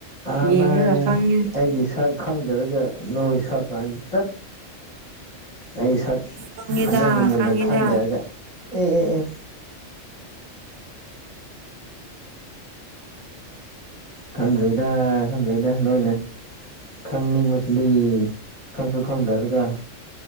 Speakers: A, on the left; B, on the right.
A: ꯑꯥ
B: ꯌꯦꯡꯉꯒ
A: ꯅꯥꯏ
B: ꯈꯪꯉꯦ
A: ꯑꯩ ꯒꯤꯁꯥꯥꯛ ꯈꯪꯗꯔꯒ ꯅꯣꯏ ꯁꯥꯀꯥꯟ <unintelligible> ꯇꯠ ꯑꯩ ꯁꯛ
B: ꯈꯪꯉꯦꯗ
A: ꯐꯖꯅ ꯃꯨꯟꯅ
B: ꯈꯪꯉꯦꯗ
A: ꯈꯪꯗꯔꯒ ꯑꯦ ꯑꯦ ꯑꯦ ꯈꯟꯗꯔꯤꯗ ꯈꯟꯗꯔꯤꯗ ꯅꯣꯏꯅꯦ ꯈꯪꯅꯤꯡꯕꯁꯤꯗꯩ ꯈꯪꯁꯨ ꯈꯪꯗꯔꯒ